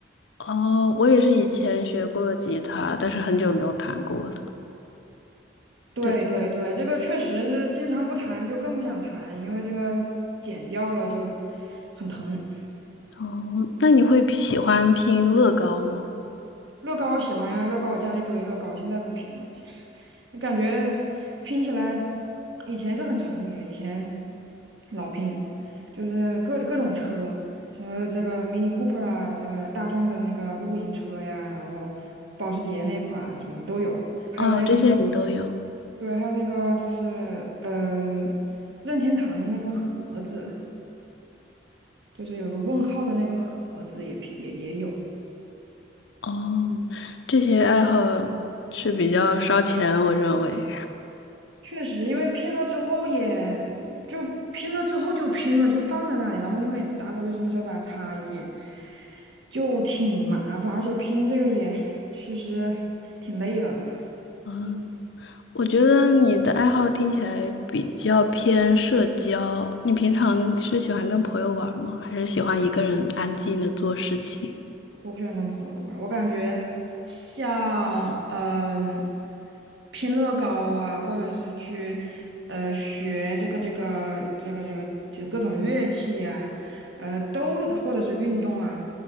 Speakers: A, on the left; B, on the right.
A: 哦，我也是以前学过吉他，但是很久没有弹过了。
B: 对对对，
A: 对，
B: 这个确实是经常不谈就更不想谈，因为这个剪掉了就很疼。
A: 哦，那你会喜欢拼乐高吗？
B: 乐高我喜欢呀，乐高我家一堆乐高，现在不拼了，<laughs> 感觉拼起来以前是很沉迷，以前老拼，就是各各种车，什么这个 Mini Cooper 啊，这个大众的那个露营车呀，然后保时捷那款什么都有，还有那个
A: 哦，这些你都有。
B: 对，还有那个就是嗯、任天堂的那个盒子。就是有个问号的那个盒子也拼也也有，
A: 哦，这些爱好是比较烧钱，我认为。
B: 确实，因为拼了之后也就拼了之后就拼了，就放在那里，然后你每次打扫卫生的时候把它擦一遍，就挺麻烦，而且拼这个也其实挺累的。
A: 嗯，我觉得你的爱好听起来比较偏社交。你平常是喜欢跟朋友玩吗？还是喜欢一个人安静的做事情？
B: 我不喜欢跟朋友玩儿我感觉像嗯拼乐高啊，或者是去呃学这个这个这个这个就各种乐器啊，呃都或者是运动啊，